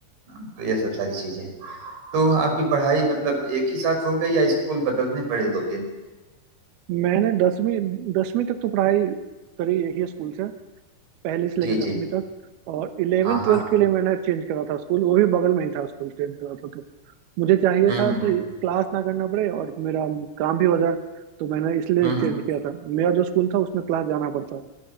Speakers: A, on the right; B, on the right.
A: ना तो यह सब सारी चीजें हैं तो आपकी पढ़ाई मतलब एक ही साथ हो गई या स्कूल बदलने पड़े दो तीन
B: मैंने दसवीं दसवीं तक तो पढ़ाई करी एक ही स्कूल से पहले से
A: जी
B: लेकर
A: जी
B: दसवीं तक और इलेवन
A: हाँ
B: ट्वेल्थ
A: हाँ
B: के लिए मैंने चेंज करा था स्कूल वो भी बगल में ही था स्कूल चेंज करा था तो मुझे चाहिए
A: हम्म
B: था
A: हम्म
B: कि क्लास ना करना पड़े और मेरा काम भी हो जाए तो मैंने इसलिए
A: हम्म हम्म
B: चेंज
A: हम्म
B: किया था मेरा जो स्कूल था उसमें क्लास जाना पड़ता